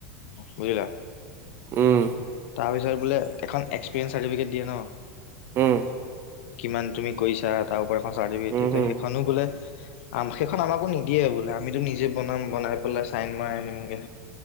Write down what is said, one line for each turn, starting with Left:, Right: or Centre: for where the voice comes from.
Left: বুজিলা?
Right: উমঁ।
Left: তাৰপিছত বোলে এখন এক্স- প্ৰেছন চাৰ্টিফিকেট দিয়ে ন'
Right: উম
Left: কিমান তুমি কৰিছা। তাৰো পৰা এখন চাৰ্টিফিকেট
Right: উম
Left: দিয়ে।
Right: হম
Left: সেইখনো বোলে- আমাক সেইখন আমাকো নিদিয়ে বোলে, আমিতো নিজেই বনাম, বনাই পেলাই চাইন মাৰাই আনিম গৈ।